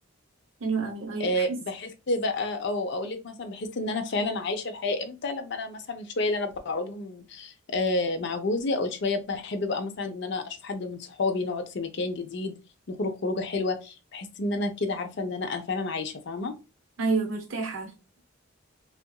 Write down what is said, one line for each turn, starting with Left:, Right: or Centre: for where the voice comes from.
Right: حلو قوي ايوه
Left: آه،
Right: بحس
Left: بحس بقى او اقول لك مثلا بحس ان انا فعلا عايشه الحياه امتى لما انا مثلا الشويه اللي انا بقعدهم آه، مع جوزي او الشويه بحب بقى مثلا ان انا اشوف حد من صحابي نقعد في مكان جديد نخرج خروجه حلوه بحس ان انا كده عارفه ان انا انا فعلا عايشه فاهمه
Right: ايوه مرتاحة